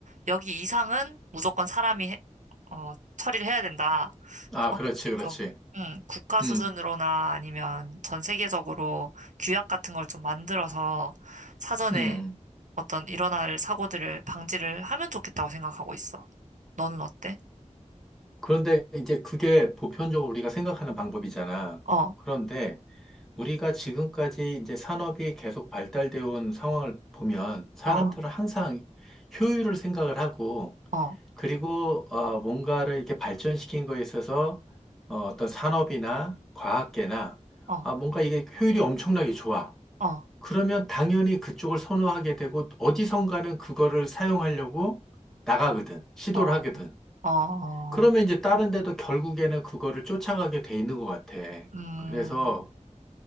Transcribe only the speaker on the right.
여기 이상은 무조건 사람이 해- 어, 처리를 해야 된다.
그런
것들을
좀 음, 국가 수준으로나
아니면 전 세계적으로 규약 같은 걸 좀 만들어서 사전에
어떤 일어날 사고들을 방지를 하면 좋겠다고 생각하고 있어. 너는 어때?
어,
어,
어,
어,
어,
어,
어, 어,
음,